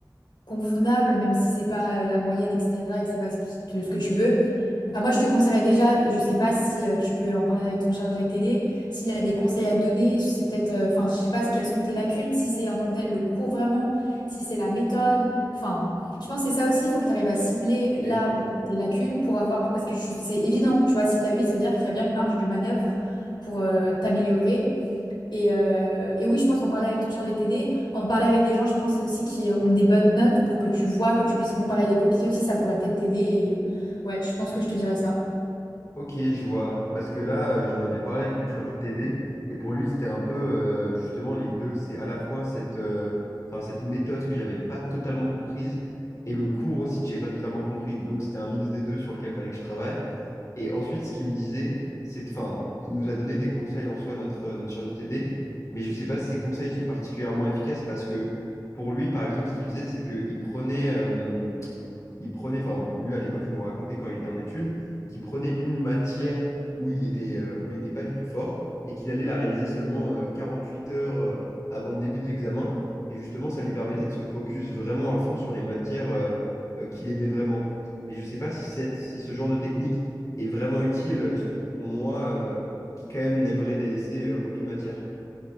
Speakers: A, on the left; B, on the left.
A: convenable, même si c'est pas euh, la moyenne, etc., et que c'est pas ce qui te- ce que tu veux. Bah, moi, je te conseillerais déjà, je ne sais pas si euh, tu peux en parler avec ton chargé de TD, s'il a des conseils à te donner, si c'est peut-être, euh, enfin, je sais pas quelles sont tes lacunes, si c'est en tant que tel le cours vraiment, si c'est la méthode, enfin, je pense que c'est ça aussi, il faut que tu arrives à cibler là
B: Et,
A: où t'as tes lacunes pour avoir, parce que je- c'est évident, tu vois, si t'as 8 ça veut dire qu'il y a bien une marge de manœuvre pour euh, t'améliorer, et, euh, et oui, je pense en parler avec ton chargé de TD, en parler avec des gens, je pense aussi qui ont des bonnes notes pour que tu vois, que tu puisses comparer les copies aussi, ça pourrait peut-être t'aider. et- Ouais, je pense que je te dirais ça.
B: ok, je vois. Parce que là, euh, j'en avais parlé avec mon chargé TD, et pour lui, c'était un peu euh, justement les deux. C'est à la fois cette, euh, enfin, cette méthode que j'avais pas totalement comprise, et le cours aussi que j'avais pas totalement compris. Donc, c'était un mix des deux sur lequel fallait que je travaille. Et ensuite, ce qu'il me disait, c'est, enfin, il nous a donné des conseils en soi, notre, euh, notre chargé de TD, mais je ne sais pas si ces conseils sont particulièrement efficaces parce que pour lui, par exemple, ce qu'il faisait, c'est qu'il prenait, euh, il prenait, enfin, lui à l'époque, il nous racontait quand il était en études, qu'il prenait une matière où il était, euh, où il n'était pas du tout fort et qu'il allait la réviser seulement euh, 48 heures euh, avant le début de l'examen. Et justement, ça lui permettait de se focus vraiment à fond sur les matières euh, euh, qu'il aimait vraiment. Mais je ne sais pas si, cette- si ce genre de technique est vraiment utile, euh, surtout pour moi, euh, qui quand même n'aimerais délaisser euh, aucune matière.